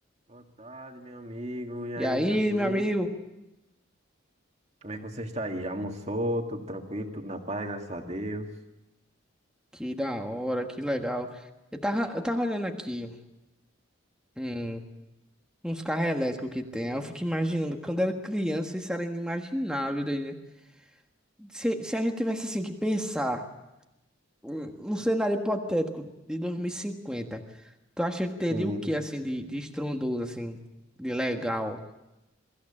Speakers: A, on the right (about 30°); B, in the centre.
A: Boa tarde, meu amigo. E aí,
B: E aí,
A: tranquilo?
B: meu amigo,
A: Como é que você está aí? Já almoçou? Tudo tranquilo? Tudo na paz, graças a Deus.
B: que da hora, que legal. Eu tava, eu tava olhando aqui, hum, uns carros elétricos que tem. aí Eu fico imaginando, quando era criança, isso era inimaginável. daí, né? Se, se a gente tivesse assim que pensar, um, um cenário hipotético de 2050, tu acha que teria
A: Sim.
B: o que assim de, de estrondoso, assim, de legal?